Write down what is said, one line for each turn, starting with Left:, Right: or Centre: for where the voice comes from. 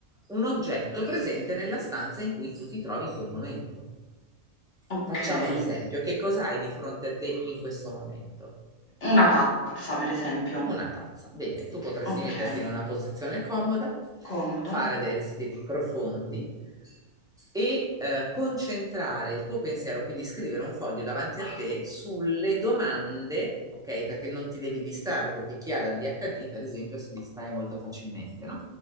Centre: un oggetto presente nella stanza in cui tu ti trovi in quel momento.
Left: Okay.
Centre: Facciamo un esempio. Che cosa hai di fronte a te in questo momento?
Left: Una tazza, per esempio.
Centre: Una tazza. Bene, tu potresti
Left: Okay,
Centre: metterti in una posizione comoda,
Left: comodo.
Centre: fare dei respiri profondi e eh, concentrare il tuo pensiero, quindi scrivere un foglio davanti a te sulle domande, ok? Perché non ti devi distrarre, perché chi ha la DHD, per esempio, si distrae molto facilmente, no?